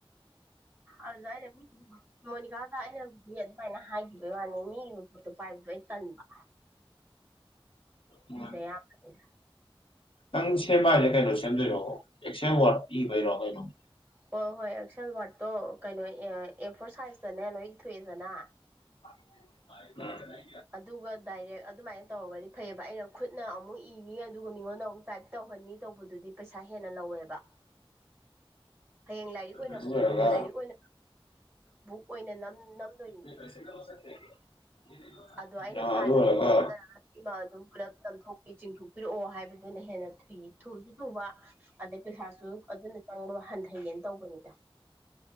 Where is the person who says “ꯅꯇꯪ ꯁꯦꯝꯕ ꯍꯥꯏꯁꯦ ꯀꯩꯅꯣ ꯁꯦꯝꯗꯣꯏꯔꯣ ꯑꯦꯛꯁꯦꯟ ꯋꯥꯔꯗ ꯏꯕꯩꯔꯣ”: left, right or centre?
Left